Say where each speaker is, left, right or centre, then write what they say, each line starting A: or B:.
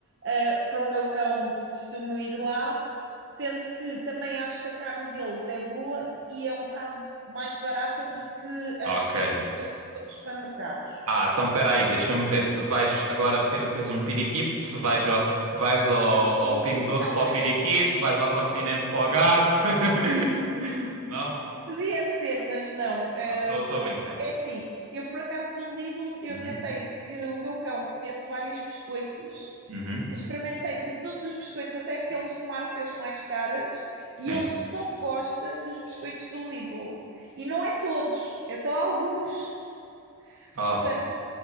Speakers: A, on the right; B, on the right.
A: eh, para o meu cão costumo ir lá, sendo que também acho que a carne deles é boa e é um bocado mais barata do que as
B: ok.
A: que encontras nos outros supermercados.
B: Ah, então espera aí, deixa-me ver. Tu vais agora te- tens um piriquito tu vais ao, vais ao, ao
A: Periquitão,
B: Pingo Doce para o
A: tenho
B: piriqui,
A: um.
B: tu vais ao Continente para o gato. <laughs> Não,
A: Podia ser, mas não. Ah,
B: não, estou
A: vou-
B: a brincar.
A: é assim, eu por acaso do Lidl, eu
B: Uhum,
A: tentei que o meu cão comesse vários biscoitos,
B: uhum,
A: experimentei de todos os biscoitos, até aqueles de marcas mais caras,
B: sim.
A: e ele só gosta dos biscoitos do Lidl. E não é todos, é só alguns.
B: Oh,
A: Portanto,